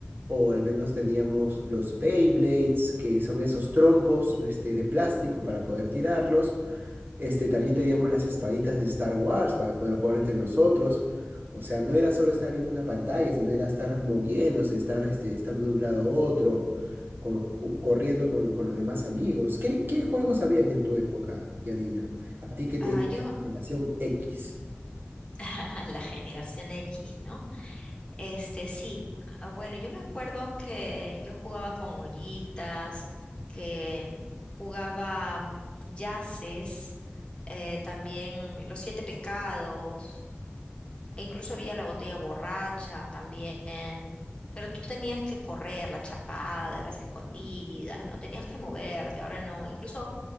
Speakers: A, on the right; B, on the left.
A: o al menos teníamos los Beyblades, que son esos trompos este, de plástico para poder tirarlos. Este, también
B: Ujú.
A: teníamos las espaditas de Star Wars para poder jugar entre nosotros. O sea, no era solo estar viendo una pantalla, sino era estar moviéndose, estar este, estando de un lado a otro, co- ju- corriendo con, con los demás amigos. ¿Qué, qué juegos habían en tu época, Janina? A ti que te
B: Ah,
A: dicen
B: yo,
A: la generación X.
B: <laughs> la generación X, ¿no? Este, sí. Ah, Bueno, yo me acuerdo que yo jugaba con ollitas, que jugaba mm, yaces, eh, también los siete pecados, e incluso había la botella borracha también. Pero tú tenías que correr, la chapada, las escondidas, no tenías que moverte, ahora no. Incluso